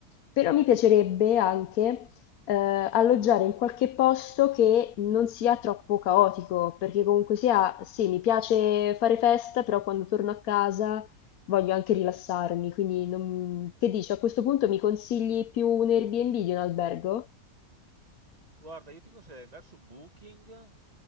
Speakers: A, on the left (about 70°); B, on the right (about 25°).
A: Però mi piacerebbe anche eh, alloggiare in qualche posto che non sia troppo caotico, perché comunque sia, sì, mi piace fare festa, però quando torno a casa voglio anche rilassarmi, quindi non- che dici, a questo punto mi consigli più un Airbnb di un albergo?
B: Guarda, io ti consiglierei di andare su Booking